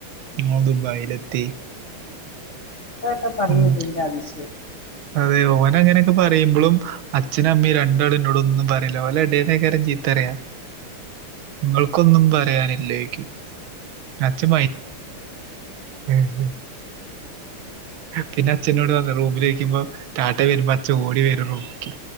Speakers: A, on the right; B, on the left.
A: ഓൻ ദുബായിലെത്തി
B: ഉം കേട്ടോ പറഞ്ഞില്ലെങ്കി
A: ഉം
B: അതിശയം
A: അതെ ഓൻ അങ്ങനെയൊക്കെ പറയിമ്പളും അച്ഛനും അമ്മീം രണ്ടാളുന്നോട് ഒന്നും പറയില്ല ഓല എടേന്നേകാരം ചീത്ത പറയാ. നിങ്ങൾക്കൊന്നും പറയാനി ല്ലേ യ്ക്കും അച്ഛൻ <unintelligible> പിന്നെ അച്ഛനോട് വന്ന് റൂമിലേക്കിപ്പം <unintelligible> വരുമ്പോ അച്ഛൻ ഓടി വരും റൂമിക്ക്